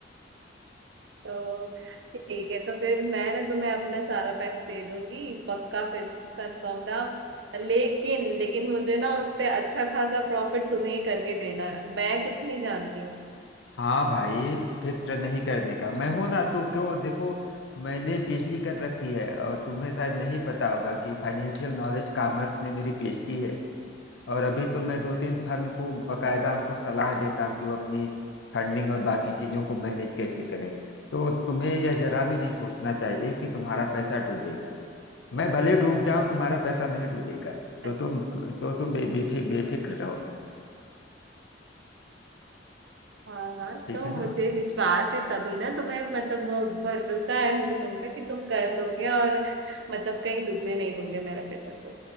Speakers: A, on the right (about 80°); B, on the left (about 80°).
A: तो ठीक है तो फिर मैं ना तुम्हें अपना सारा पैसा दे दूंगी पक्का फिर कंफर्म रहा लेकिन लेकिन मुझे ना उस पे अच्छा खासा प्रॉफिट तुम्हें ही करके देना है मैं कुछ नहीं जानती
B: हाँ भाई फिक्र नहीं करने का मैं हूं ना तो क्यों देखो मैंने पीएचडी कर रखी है और तुम्हें शायद नहीं पता होगा कि फाइनेंशियल नॉलेज कॉमर्स में मेरी पीएचडी है और अभी तो मैं दो तीन फर्म को बकायदा उनको सलाह देता हूँ कि वो अपनी फंडिंग और बाकी चीजों को मैनेज कैसे करें तो तुम्हें यह जरा भी नहीं सोचना चाहिए कि तुम्हारा पैसा डूबेगा मैं भले डूब जाऊं तुम्हारा पैसा नहीं डूबेगा तो
A: हूँ
B: तुम तो तुम बे, बेफि- बेफिक्र रहो
A: हाँ हाँ
B: ठीक
A: तो
B: है
A: मुझे
B: ना
A: विश्वास है तभी ना तुम्हें मतलब भरोसा है मुझे तुम पे कि तुम कर लोगे और मतलब कहीं डूबने नहीं दोगे मेरा पैसा तो